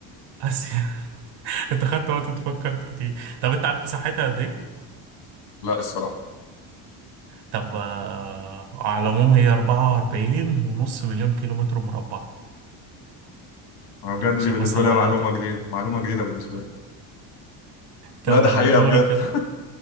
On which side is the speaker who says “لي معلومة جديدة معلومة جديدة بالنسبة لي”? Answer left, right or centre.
Left